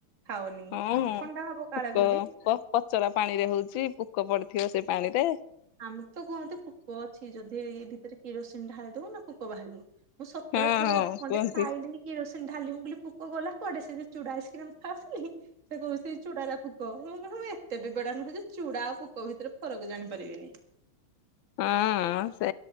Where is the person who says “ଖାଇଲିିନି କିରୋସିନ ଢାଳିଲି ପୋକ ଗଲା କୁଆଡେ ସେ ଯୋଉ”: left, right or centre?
Right